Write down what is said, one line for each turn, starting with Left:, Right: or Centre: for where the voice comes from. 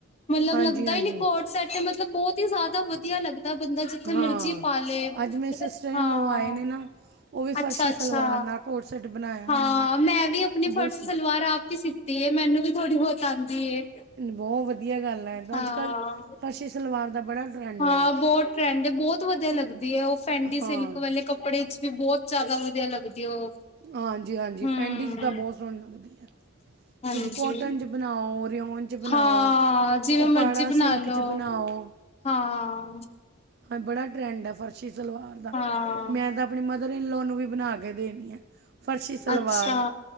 Left: ਮਤਲਬ
Right: ਹਾਂਜੀ
Left: ਲੱਗਦਾ
Right: ਹਾਂਜੀ
Left: ਹੀ ਨੀ ਕੋਟ ਸਟ ਮਤਲਬ ਬਹੁਤ ਹੀ ਜ਼ਿਆਦਾ ਵਧੀਆ ਲੱਗਦਾ ਬੰਦਾ ਥੇ
Right: ਹਾਂ
Left: ਮਰਜ਼ੀ ਪਾ ਲਏ
Right: ਅੱਜ ਮੇਰੇ ਸਿਸਟਰ ਇਨ
Left: ਹਾਂ
Right: ਲੋ ਆਏ ਨੇ ਨਾ ਉਹ ਵੀ ਫਰਸ਼ੀ
Left: ਅੱਛਾ, ਅੱਛਾ
Right: ਸਲਵਾਰ ਨਾਲ ਕੋਟ ਸੈੱਟ ਬਣਾਇਆ
Left: ਹਾਂ
Right: ਉਹਨਾਂ ਨੇ
Left: ਮੈਂ ਵੀ ਆਪਣੇ
Right: ਬਹੁਤ
Left: ਫਰਸ਼ੀ
Right: ਸ
Left: ਸਲਵਾਰ ਆਪ ਕੇ ਸੀਤੀ ਤੇ ਇਹ ਮੈਨੂੰ ਵੀ ਥੋੜੀ ਬਹੁਤ ਆਉਂਦੀ ਏ।
Right: ਬਹੁਤ ਵਧੀਆ। ਵਧੀਆ ਗੱਲ ਹੈ। ਤਾਂ
Left: ਹਾਂ,
Right: ਅੱਜ, ਕੱਲ੍ਹ ਫਸ਼ੀ ਸਲਵਾਰ ਦਾ ਬੜਾ ਟਰੈਂਡ
Left: ਹਾਂ
Right: ਹੈ
Left: ਬਹੁਤ ਟਰੈਂਡ ਹੈ ਬਹੁਤ ਵਧੀਆ ਲੱਗਦੀ ਹੈ। ਉਹ ਫੈਂਡੀ
Right: ਹਾਂ
Left: ਸਿਲਕ ਵਾਲੇ ਕੱਪੜੇ ਚ ਵੀ ਬਹੁਤ ਚੱਲ ਵਦੀਆ ਲੱਗਦੀ ਏ ਉਹ
Right: ਹਾਂਜੀ, ਹਾਂਜੀ।
Left: ਹਮ
Right: ਫੈਂਡੀ 'ਚ ਤਾਂ ਬਹੁਤ ਸੋਹਣੀ ਲੱਗਦੀ ਹੈ।
Left: ਹਾਂਜੀ
Right: ਤੁਸੀਂ ਕੋਟਨ ਚ ਬਣਾਓ, ਰਿਓਨ ਚ ਬਣਾਓ
Left: ਹਾਂ ਜਿਵੇਂ
Right: ਉਹਪਾੜਾ
Left: ਮਰਜ਼ੀ ਬਣਾ
Right: ਸਿਲਕ
Left: ਲੋ
Right: ਚ ਬਣਾਓ
Left: ਹਾਂ।
Right: ਹਾਂ ਬੜਾ ਟਰੈਂਡ ਹੈ। ਫਰਸ਼ੀ ਸਲਵਾਰ ਦਾ,
Left: ਹਾਂ
Right: ਮੈਂ ਤਾਂ ਆਪਣੇ ਮਦਰ ਇਨਲੋ ਨੂੰ ਵੀ ਬਣਾ ਕੇ ਦੇਣੀ ਆ, ਫਰਸ਼ੀ ਸਲਵਾਰ
Left: ਅੱਛਾ